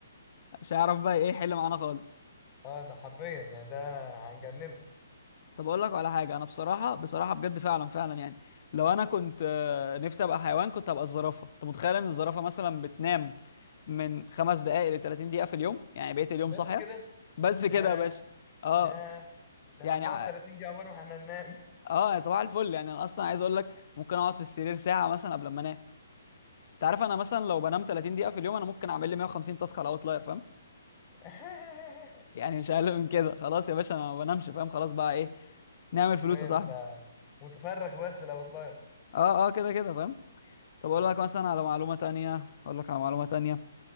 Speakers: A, on the left; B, on the left.
A: مش هيعرف بقى ايه يحل معانا خالص
B: اه ده حرفيا يعني ده هنجننه
A: طب اقول لك على حاجه انا بصراحه بصراحه بجد فعلا فعلا يعني لو انا كنت آه، نفسي ابقى حيوان كنت ابقى الزرافه انت متخيل ان الزرافه مثلا بتنام من خمس دقائق ل 30 دقيقه في اليوم يعني بقيت اليوم
B: بس
A: صاحيه
B: كده
A: بس كده
B: ياه
A: يا باشا اه
B: ياه ده
A: يعني
B: احنا بنقعد
A: ع-
B: 30 دقيقه عقبال ما احنا ننام
A: اه يا صباح الفل يعني انا اصلا عايز اقول لك ممكن اقعد في السرير ساعه مثلا قبل ما انام انت عارف انا مثلا لو بنام 30 دقيقه في اليوم انا ممكن اعمل لي 150 تاسك على اوتلاير فاهم
B: <laughs>
A: يعني مش اقل من كده خلاص يا باشا انا ما بنامش فاهم خلاص بقى ايه نعمل فلوس
B: حرفيا
A: يا صاحبي
B: انت متفرغ بس لو طلاير
A: اه اه كده كده فاهم طب اقول
B: اه
A: لك مثلا على معلومه تانية اقول لك على معلومه تانية